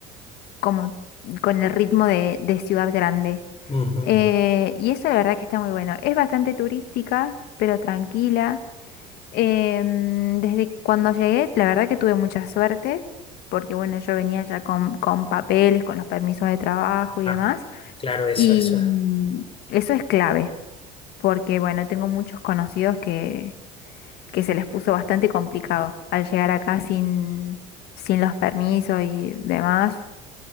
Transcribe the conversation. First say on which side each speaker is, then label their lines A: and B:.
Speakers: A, on the left (about 65°); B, on the left (about 30°).
A: como con el ritmo de, de ciudad grande.
B: Ujú.
A: Eh, y eso la verdad que está muy bueno. Es bastante turística, pero tranquila. Em, desde cuando llegué, la verdad que tuve mucha suerte, porque bueno, yo venía ya con, con papeles, con los permisos de trabajo y
B: Ah,
A: demás,
B: claro, eso,
A: y
B: eso.
A: mm, eso es clave, porque bueno, tengo muchos conocidos que, que se les puso bastante complicado al llegar acá sin, sin los permisos y demás,